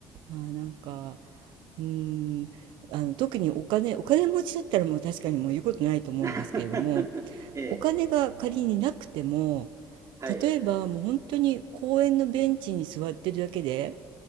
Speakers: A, on the right; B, on the right.
A: いまあなんかうーんあの特にお金お金持ちだったらもう確かにもう言うことないと思うんですけれども
B: <laughs> ええ、
A: お金が仮になくても
B: はい。
A: 例えばもう本当に公園のベンチに座ってるだけで